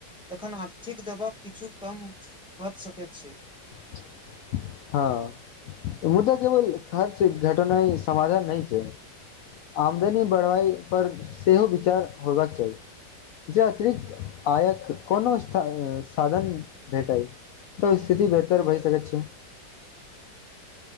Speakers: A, in the centre; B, on the left.
A: तखन आर्थिक दबाव किछु कम भऽ सकैत छैय
B: <unintelligible> ह मुदा केवल खर्च घटनाइ समाधान नै छै आमदनी बढ़बाइ पर सेहो विचार होयबाक चाही जे अतिरिक्त आयक कोनो सायऽ साधन भेटै तऽ स्थिति बेहतर भए सकैत छै